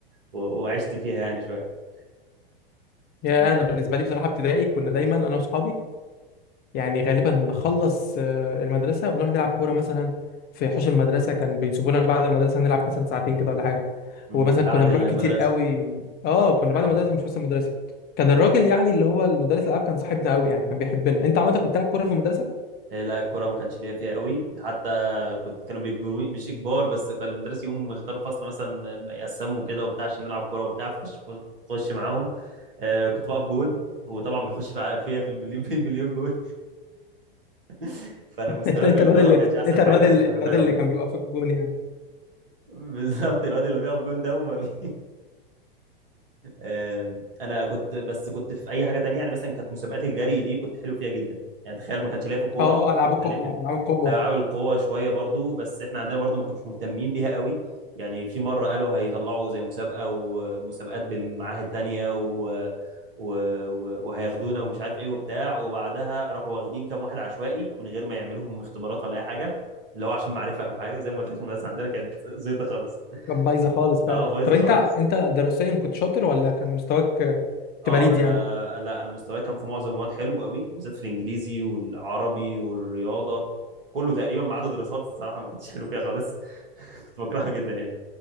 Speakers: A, on the right; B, on the left.
A: و... وعشت فيها يعني شويه
B: يا
A: آه،
B: انا بالنسبه لي بصراحه ابتدائي كنا دايما انا واصحابي يعني غالبا نخلص آه، المدرسة ونروح نلعب كورة مثلا في حوش المدرسة كان بيسيبونا بعد المدرسة نلعب مثلا ساعتين كده ولا حاجة
A: مم،
B: ومثلا
A: بعد
B: كنا بنروح
A: المدرسه
B: كتير قوي اه كنا
A: اه
B: بعد المدرسة مش بس المدرسة كان الراجل يعني اللي هو المدرس الألعاب كان صاحبنا قوي يعني كان بيحبنا انت عملت كنت بتلعب كورة في المدرسة
A: آه، لا الكرة ما كانش ليا فيها قوي حتى كنت كانوا بيجبروني مش إجبار بس كان المدرس يوم يختار الفصل مثلا آه، يقسموا كده وبتاع عشان نلعب كورة وبتاع فخش خش معاهم آه، كنت بقف جون وطبعا بيخش في <laughs> فيا في المليون في المليون جون <laughs> فأنا
B: <laughs>
A: مستواي
B: انت انت
A: في الكورة
B: الواد اللي
A: ما كانش أحسن
B: انت
A: حاجة
B: الواد
A: ما
B: اللي
A: كنتش بحبها
B: الواد
A: قوي
B: اللي كان بيوقف في الجون يعني
A: بالظبط الواد اللي بيقف جون ده وما بي آم، انا كنت بس كنت في اي حاجه تانية يعني مثلا كانت مسابقات الجري دي كنت حلو فيها جدا يعني تخيل ما كانش ليا في الكوره
B: اه
A: وكنت
B: ألعاب القوة
A: كان ليا في
B: ألعاب القوة
A: العاب القوه شويه برضو بس احنا عندنا برضو ما كنتش مهتمين بيها قوي يعني في مره قالوا هيطلعوا زي مسابقه ومسابقات بمعاهد تانية و... و... و... وهياخدونا ومش عارف ايه وبتاع وبعدها راحوا واخدين كام واحد عشوائي من غير ما يعملوهم اختبارات ولا اي حاجه اللي هو عشان معرفه او حاجه زي ما قلت لك المدرسه عندنا كانت زيطه خالص
B: كانت بايظة خالص فعلا
A: اه بايظه
B: طب انت
A: خالص
B: انت دراسيا كنت شاطر ولا كان مستواك آه،
A: اه
B: تبقى ليد
A: انا
B: يعني
A: لا انا مستواي كان في معظم المواد حلو قوي بالذات في الانجليزي والعربي والرياضه كله تقريبا ما عدا دراسات الصراحه ما كنتش حلو فيها خالص <laughs> كنت بكرهها جدا يعني